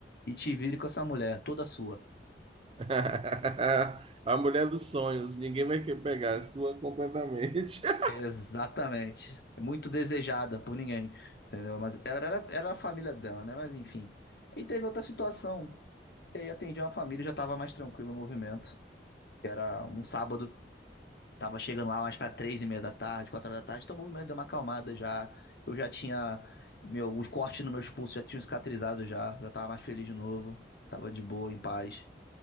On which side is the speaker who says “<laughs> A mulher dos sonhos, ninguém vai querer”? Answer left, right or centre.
Right